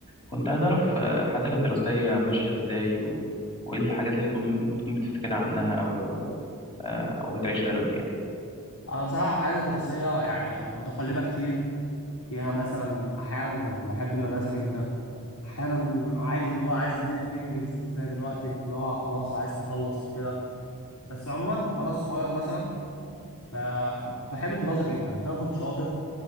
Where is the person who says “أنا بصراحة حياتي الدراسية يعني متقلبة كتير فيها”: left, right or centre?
Left